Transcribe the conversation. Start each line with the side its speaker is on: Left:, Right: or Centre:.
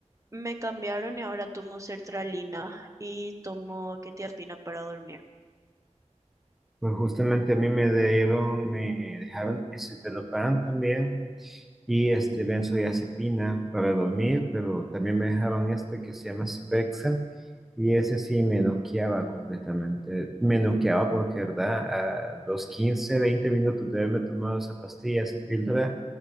Right: me cambiaron y ahora tomo sertralina y tomo quetiapina para dormir.
Centre: Pues justamente a mí me dieron, me dejaron escitalopram también y este benzodiazepina para dormir, pero también me dejaron este que se llama Cipexa y ese sí me noqueaba completamente. Me noqueaba porque, ¿verdad? A los 15 20 minutos de haberme tomado esa pastilla, esa píldora,